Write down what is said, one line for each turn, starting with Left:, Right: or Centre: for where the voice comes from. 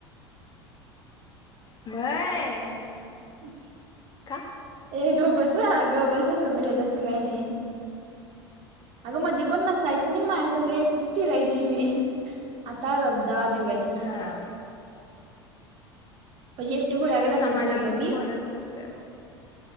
Left: व्हय...
Right: अ...
Left: का
Right: ए ग बस अ गं बस समरे तसं काय नाही. अगं मध्ये कोण नसायचं नाही माझ्या संघ एकटीच फिरायची मी आता... जा दिव्या तेन
Left: हा
Right: असतात.. अशी एकटी खुळ्यागत
Left: त्या समाजाबरोबर
Right: असायची माहितेय मी..
Left: कोणच नसतं